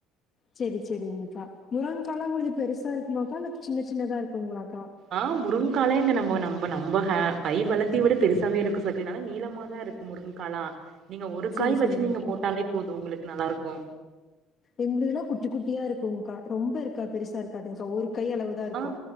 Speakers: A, on the left (about 45°); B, on the right (about 55°).
A: செரி செரிங்கக்கா முருங்க்கலா கொஞ்ச பெருசா இருக்குமாக்கா அ சின்ன சின்னதா இருக்குங்களாக்கா
B: ஆ முருங்காலா இங்க நம்ம நம்ம நம்ம கை வளர்த்தியோட பெருசாவே இருக்கு சகோ நல்லா நீளமா தா இருக்கு முருங்குக்காலா நீங்க ஒரு
A: சரி,
B: காய் வச்சு
A: சரிங்கக்கா.
B: நீங்க போட்டாலே போது உங்களுக்கு நல்லா இருக்கு
A: எங்களுதுல்லா குட்டி குட்டியா இருக்கும்ங்க்கா ரொம்ப இருக்கா பெருசா இருக்காதுங்கக்கா ஒரு கை அளவ் இதா இருக்கு
B: ஆ